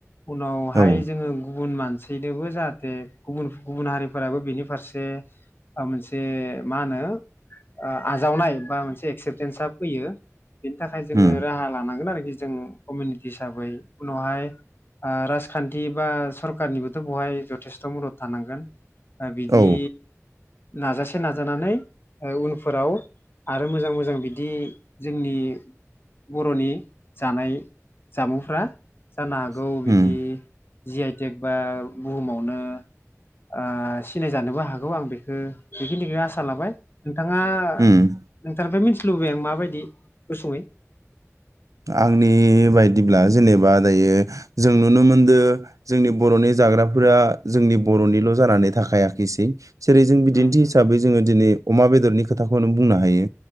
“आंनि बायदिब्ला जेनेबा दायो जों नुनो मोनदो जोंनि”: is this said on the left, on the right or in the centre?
Right